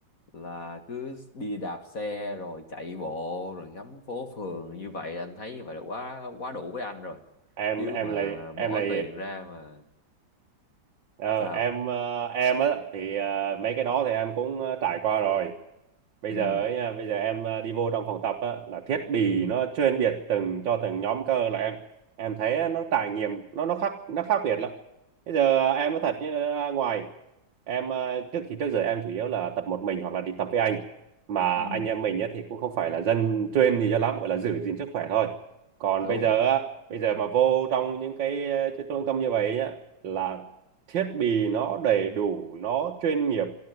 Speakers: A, on the left (about 45°); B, on the right (about 70°).
A: là cứ đi đạp xe rồi chạy bộ rồi ngắm phố phường như vậy là anh thấy như vậy là quá quá đủ với anh rồi
B: em
A: chứ
B: em
A: mà
B: là
A: bỏ
B: em là
A: tiền ra mà
B: Ờ,
A: sao
B: em ờ, em á thì ờ, mấy cái đó thì em cũng ờ, trải qua rồi. Bây
A: ừ
B: giờ ấy nha, bây giờ em ờ, đi vô trong phòng tập á là thiết bị
A: ừ
B: nó chuyên biệt từng cho từng nhóm cơ là em em thấy á, nó trải nghiệm nó nó khác nó khác biệt lắm. Bây giờ em nói thật như ra ngoài em ờ, trước thì trước giờ em chủ yếu là tập một mình hoặc là đi tập với anh mà
A: ừ
B: anh em mình á thì cũng không phải là dân chuyên gì cho lắm gọi là giữ gìn sức khỏe thôi còn
A: đúng
B: bây giờ á bây giờ mà vô trong những cái, ờ, cái trung tâm như vậy nhá là thiết bị nó đầy đủ nó chuyên nghiệp